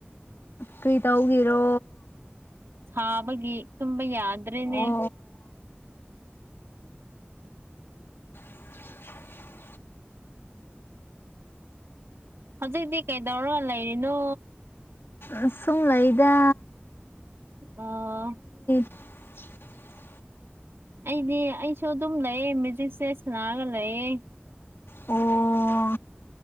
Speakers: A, on the left (about 70°); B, on the right (about 85°).
A: ꯀꯔꯤꯇꯧꯒꯤꯔꯣ
B: ꯁꯥꯕꯒꯤ ꯇꯨꯝꯕ ꯌꯥꯗ꯭ꯔꯦꯅꯦ
A: ꯑꯣ <inaudible>
B: ꯍꯧꯖꯤꯛꯇꯤ ꯀꯩꯗꯧꯔ ꯂꯩꯔꯤꯅꯣ
A: ꯑꯁꯨꯝ ꯂꯩꯗꯥ
B: ꯑꯣ
A: <inaudible>
B: ꯑꯩꯗꯤ ꯑꯩꯁꯨ ꯑꯗꯨꯝ ꯂꯩꯌꯦ ꯃꯦꯖꯤꯛꯁꯦ ꯁꯅꯥꯔꯒ ꯂꯩꯌꯦ
A: ꯑꯣ